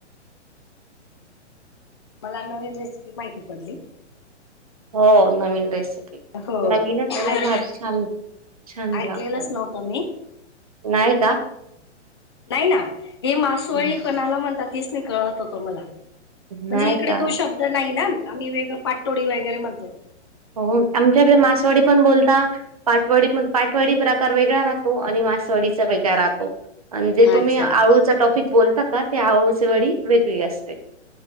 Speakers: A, on the left; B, on the right.
A: मला नवीन रेसिपी माहिती पडली.
B: हो नवीन रेसिपी
A: हो
B: नवीनच, आहे ना
A: ऐक
B: भारी छान. छान
A: ऐकलेलंच
B: लागतय
A: नव्हतं मी
B: नाही का?
A: नाही ना हे मासवळी
B: नाही
A: कोणाला म्हणतात. कळत होतो मला म्हणजे
B: नाही
A: इकडे
B: का
A: तो शब्द नाही ना. आम्ही वेगळ पाटोडी वगैरे म्हणतो..
B: हो आमच्याकडे मासवडी पण बोलता पाठवडी पण पाठवडी प्रकार वेगळा राहतो आणि- मासवडीचा वेगळा राहतो. म्हणजे तुम्ही
A: अच्छा.
B: आळूचा टॉपिक बोलता का ते आळूचे वडी वेगळी असते.